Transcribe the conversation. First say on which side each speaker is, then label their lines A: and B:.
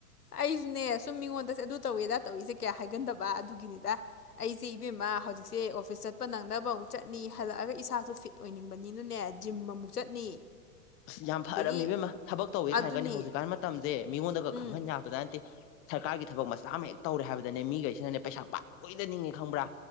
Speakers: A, on the left; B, on the left.
A: ꯑꯩꯁꯨꯅꯦ ꯁꯨꯝ ꯃꯤꯉꯣꯟꯗꯁꯨ ꯑꯗꯨ ꯇꯧꯋꯦꯗ ꯑꯗꯥ ꯇꯧꯔꯤꯁꯦ ꯀꯌꯥ ꯍꯥꯏꯒꯟꯗꯕ ꯑꯗꯨꯒꯤꯅꯤꯗ꯫ ꯑꯩꯁꯦ ꯏꯕꯦꯝꯃ ꯍꯧꯖꯤꯛꯁꯦ ꯑꯣꯐꯤꯁ ꯆꯠꯄ ꯅꯪꯅꯕ ꯑꯃꯨꯛ ꯆꯠꯅꯤ ꯍꯜꯂꯛꯑꯒ ꯏꯁꯥꯁꯨ ꯐꯤꯠ ꯇꯣꯏꯅꯤꯡꯕꯅꯤꯅꯅꯦ ꯖꯤꯝ ꯑꯃꯨꯛ ꯆꯠꯅꯤ꯫
B: <inaudible> ꯑꯁ ꯌꯥꯝ ꯐꯔꯕꯅꯤ
A: ꯑꯗꯒꯤ
B: ꯏꯕꯦꯝꯃ ꯊꯕꯛ ꯇꯧꯋꯦ
A: ꯑꯗꯨꯅꯤ
B: ꯀꯥꯏꯅꯒꯅꯤ ꯍꯧꯖꯤꯛꯀꯥꯟ ꯃꯇꯝꯁꯦ ꯃꯤꯉꯣꯟꯗꯒ
A: ꯎꯝ
B: ꯈꯪꯍꯟ ꯌꯥꯕꯥꯖꯥꯟꯇꯦ꯫ ꯁꯔꯀꯥꯔꯒꯤ ꯊꯕꯛ ꯃꯆꯥ ꯑꯃ ꯍꯦꯛ ꯇꯧꯔꯦ ꯍꯥꯏꯕꯗꯅꯦ ꯃꯤꯈꯩꯁꯤꯅꯅꯦ ꯄꯩꯁꯥ ꯄꯥꯏ ꯄꯣꯏꯗ ꯅꯤꯡꯉꯦ ꯈꯪꯕ꯭ꯔꯥ꯫